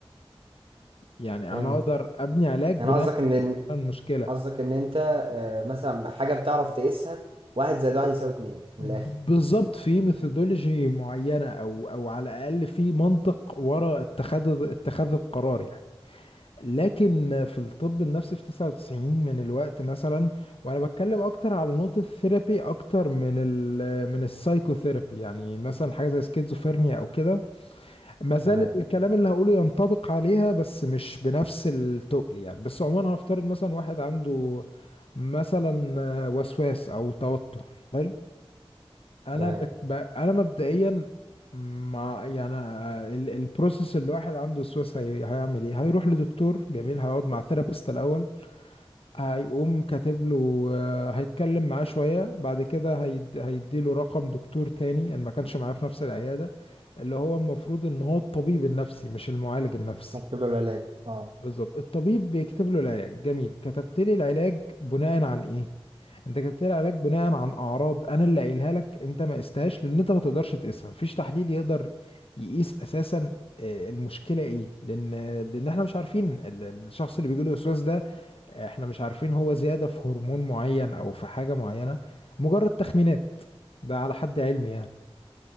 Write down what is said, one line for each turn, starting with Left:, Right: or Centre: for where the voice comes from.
Left: يعني
Right: فهمت
Left: انا اقدر ابني علاج
Right: يعني
Left: بناء
Right: قصدك ان
Left: المشكلة
Right: قصدك ان انت آه، مثلا بحاجة بتعرف تقيسها واحد زائد واحد يساوي اتنين
Left: ب-
Right: من الاخر
Left: بالظبط في ميثودولوجي معينة أو أو على الأقل في منطق وراء اتخاذ اتخاذ القرار يعني لكن في الطب النفسي في 99 من الوقت مثلا وأنا بتكلم أكتر على نقطة الثيرابي أكتر من ال من السايكوثيرابي يعني مثلا حاجة زي سكيزوفرينيا أو كده ما زال
Right: تمام
Left: الكلام اللي هقوله ينطبق عليها بس مش بنفس التقل يعني بس عموما هنفترض مثلا واحد عنده مثلا وسواس أو توتر حلو انا
Right: تمام
Left: بك... ب... انا مبدئيا مع يعني آه، ال... البروسيس اللي واحد عنده وسواس هي... هيعمل ايه هيروح لدكتور جميل هيقعد مع ثيرابيست الاول هيقوم كاتب له آه، هيتكلم معاه شويه بعد كده هيد... هيديله رقم دكتور تاني ان ما كانش معاه في نفس العياده اللي هو المفروض ان هو الطبيب النفسي مش المعالج النفسي
Right: هتجيب له العلاج اه
Left: بالظبط الطبيب بيكتب له العلاج جميل كتبت لي العلاج بناء عن ايه انت كتبت لي العلاج بناء عن اعراض انا اللي قايلها لك انت ما قستهاش لان انت ما تقدرش تقيسها مفيش تحليل يقدر يقيس اساسا آه، المشكله ايه لان لان احنا مش عارفين ال- الشخص اللي بيجي له وسواس ده آه، احنا مش عارفين هو زياده في هرمون معين او في حاجه معينه مجرد تخمينات ده على حد علمي يعني